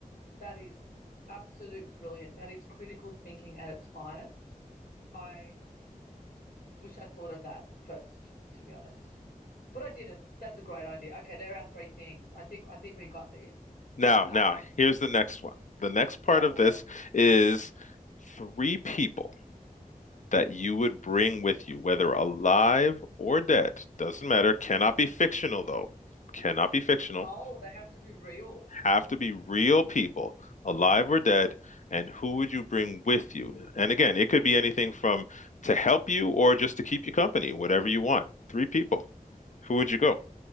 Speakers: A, on the left; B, on the left.
A: That is absolute brilliant. That is critical thinking at its finest. I wish I thought of that first, to be honest. But I didn't. That's a great idea. Okay, there are three things. I think I think we got this.
B: Now,
A: Um,
B: now, here's the next one. The next part
A: go
B: of this
A: on.
B: is three people. that you would bring with you, whether alive or dead, doesn't matter,
A: Oh
B: cannot
A: my goodness.
B: be fictional though, cannot be fictional,
A: Oh, they have to be real.
B: have to be real people, alive or dead, and who would you bring with you? And again, it could be anything from to help you or just to keep you company, whatever you want. Three people. Who would you go?